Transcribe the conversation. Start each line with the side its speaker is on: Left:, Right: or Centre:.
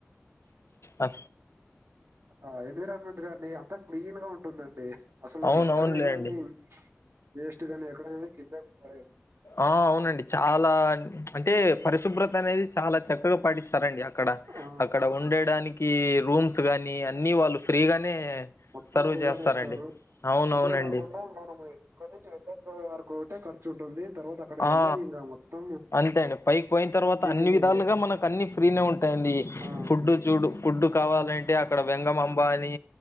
Left: అ
Right: ఆ ఎన్విరాన్మెంట్ కాగానీ అంతా క్లీన్ గా ఉంటుందండి అసలు
Left: అవునవునులేండి
Right: ఎక్కడే గాని వేస్ట్ గానీ ఎక్కడ కానీ కింద కూడా పరలేదు
Left: ఆ అవునండి చాలా అంటే పరిశుభ్రత అనేది చాలా చక్కగా పడిస్త సరండి అక్కడ
Right: ఆ
Left: అక్కడ ఉండేడానికి రూమ్స్ గాని అన్ని వాళ్ళు ఫ్రీగానే
Right: మొత్తం
Left: సర్వ్
Right: ఫ్రీగానే
Left: చేస్తారండి
Right: చేసారు
Left: అవునవునండి
Right: అంతే కాకుండా మనం ఇక్క ను వెె వరకు ఖర్చు ఉంటు తర్వాత అక్కడికెళ్లాం
Left: ఆ
Right: మొత్తం
Left: అంతే అండి పైకి పోయిన తర్వాత
Right: టీటీడీదే
Left: అన్ని విధాలుగా మనకు అన్ని ఫ్రీనే ఉంటాయండి
Right: ఆ
Left: ఫుడ్ చూడు ఫుడ్ కావాలంటే అక్కడ వెంగమాంబ అని